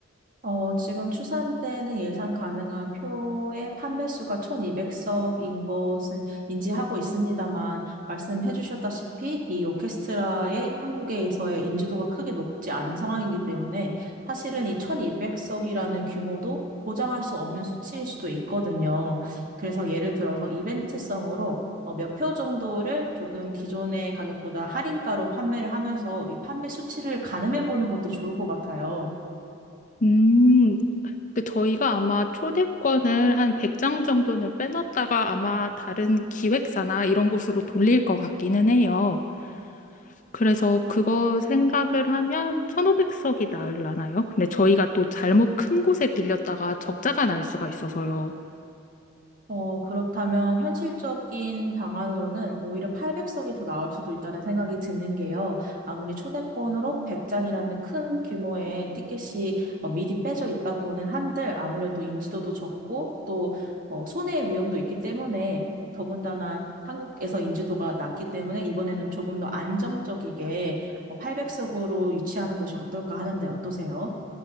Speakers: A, on the right; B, on the left.
A: 어, 지금 추산 때는 예상 가능한 표의 판매 수가 1200석인 것은 인지하고 있습니다만, 말씀해 주셨다시피 이 오케스트라의 한국에서의 인지도가 크게 높지 않은 상황이기 때문에 사실은 이 1200석이라는 규모도 보장할 수 없는 수치일 수도 있거든요. 그래서 예를 들어서 이벤트성으로 어, 몇 표 정도를 조금 기존의 가격보다 할인가로 판매를 하면서 이 판매 수치를 가늠해 보는 것도 좋을 것 같아요.
B: 음, 근데 저희가 아마 초대권을 한 100장 정도는 빼놨다가 아마 다른 기획사나 이런 곳으로 돌릴 것 같기는 해요. 그래서 그거 생각을 하면 1,500석이 나으려나요? 근데 저희가 또 잘못 큰 곳에 빌렸다가 적자가 날 수가 있어서요.
A: 어, 그렇다면 현실적인 방안으로는 오히려 800석이 더 나올 수도 있다는 생각이 드는 게요. 아무리 초대권으로 100장이라는 큰 규모의 티켓이 어, 미리 빼져 있다고는 한들 아무래도 인지도도 적고 또 어, 손해의 위험도 있기 때문에 더군다나 한국에서 인지도가 낮기 때문에 이번에는 조금 더 안정적이게 800석으로 유치하는 것이 어떨까 하는데 어떠세요?